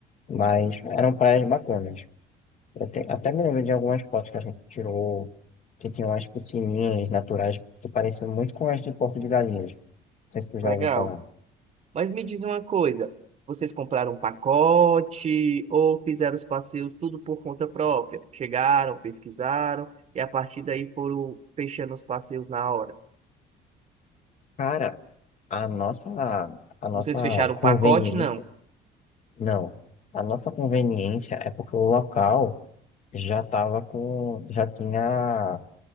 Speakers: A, on the left (about 45°); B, on the right (about 40°).
A: Mas eram praias bacanas. Eu te- até me lembro de algumas fotos que a gente tirou, que tinham umas piscininhas naturais que pareciam muito com as de Porto de Galinhas. Não sei se tu já
B: Legal.
A: ouviu falar.
B: Mas me diz uma coisa, vocês compraram um pacote ou fizeram os passeios tudo por conta própria? Chegaram, pesquisaram e a partir daí foram fechando os passeios na hora.
A: Cara, a nossa, a nossa
B: Vocês fecharam
A: conveniência,
B: um pacote? Não.
A: não, a nossa conveniência é porque o local já estava com, já tinha,